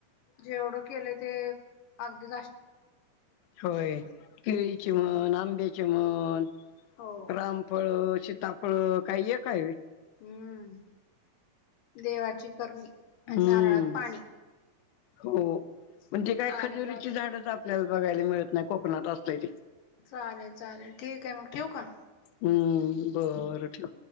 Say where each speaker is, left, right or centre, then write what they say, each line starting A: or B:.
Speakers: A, on the left; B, on the left.
A: जेवढं ते अगदी
B: होय केळीचे
A: हम्म.
B: म्हण आंब्याची म्हण
A: हो
B: रामफळ शीताफळ काही एक हाय व्हय
A: हम्म देवाची करणी
B: हम्म
A: आणि नारळात पाणी.
B: हो म्हण तेे काय
A: चालेल
B: खजुरीची
A: चालेल
B: झाड आपल्याला बघायला मिळत नाही कोकनाात असले ते
A: चालेल चालेल ठीक आहे मग ठेव का
B: हम्म बरं ठेव